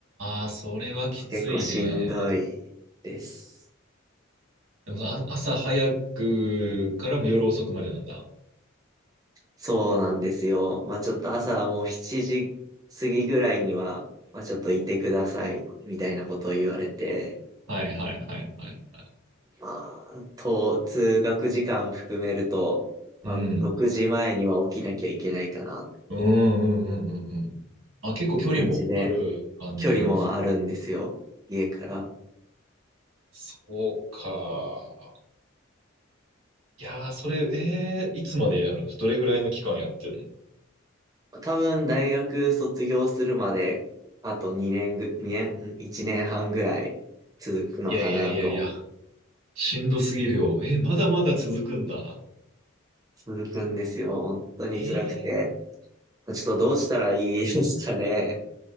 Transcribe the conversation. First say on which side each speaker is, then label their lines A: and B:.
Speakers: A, on the right; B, on the right.
A: ああ、それはきついね。
B: 結構しんどいです。
A: でもあ、朝早くからも夜遅くまでなんだ。
B: そうなんですよ。まあちょっと朝はもう7時過ぎぐらいには、まあちょっといてください、みたいなことを言われて、
A: はいはいはいはいはい。
B: まあ、と、通学時間含めると、まあ6時前には起きなきゃいけないかな、
A: うん。うんうんうんうんうんあ、結構距離もある感じです。
B: という感じで、距離もあるんですよ、家から。
A: そうか。いやー、それ、えー、いつまでやるのどれぐらいの期間やってるの
B: 多分大学卒業するまで、あと2年ぐ、2年、いちねん1年半ぐらい続くのかなと。
A: いやいやいやいや、しんどすぎるよ。えー、まだまだ続くんだ。
B: いや続くんですよ。本当に辛くて。
A: えー、
B: ちょっとどうしたらいいですかね。